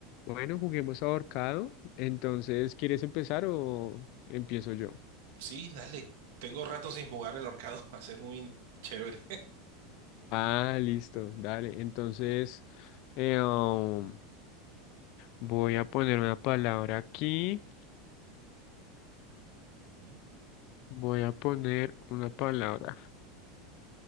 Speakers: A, on the left; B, on the right.
A: Bueno, juguemos ahorcado. Entonces, ¿quieres empezar o empiezo yo?
B: Sí, dale. Tengo rato sin jugar el ahorcado. <laughs> Va a ser muy chévere.
A: Ah, listo, dale. Entonces, eh, um, voy a poner una palabra aquí.
B: Ujú.
A: Voy a poner una palabra.